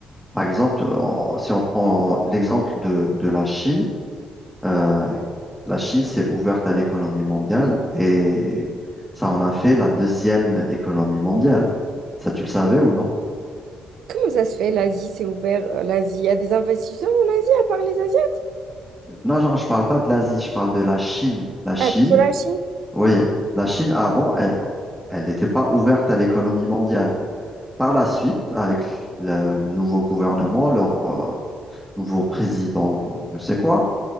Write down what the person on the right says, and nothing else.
Comment ça se fait, l'Asie s'est ouvert, euh, l'Asie? Il y a des investisseurs en Asie à part les Asiens?
Ah, plutôt la Chine.